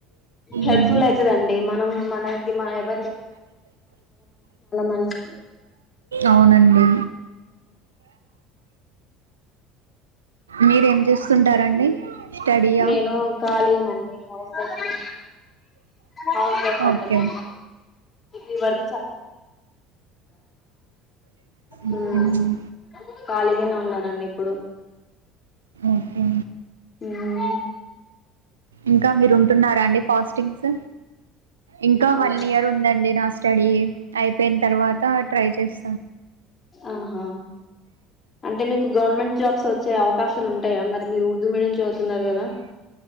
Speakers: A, on the left (about 30°); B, on the right (about 80°).
A: హెల్ప్ఫుల్
B: ఉమ్.
A: అయితదండి మనం. మనంకి మాయవ మంచిది
B: అవునండి. మీరేం చేస్తుంటారండి స్టడీయా
A: నేను ఖాళీయేనండి హౌస్ వైఫ్ ని హౌస్ వైఫ్ అండి
B: ఓకే
A: నేను ఈ వర్కు చాలు హ్మ్
B: ఓకేనండి
A: ఖాళీగానే ఉన్నాను నన్ను ఇప్పుడు
B: ఓకే
A: హ్మ్
B: ఇంకా మీరు ఉంటున్నారా అండి ఫాస్టింగ్స్, ఇంకా
A: ఆ
B: వన్ ఇయర్ ఉందండి నాస్ట్ స్టడీ అయిపోయిన తర్వాత ట్రై చేస్
A: ఆహా అంటే మీకు గవర్నమెంట్ జాబ్స్ వచ్చే అవకాశాలు ఉంటాయా మరి మీరు ఉర్దూ మీడియం చదువుతున్నారు కదా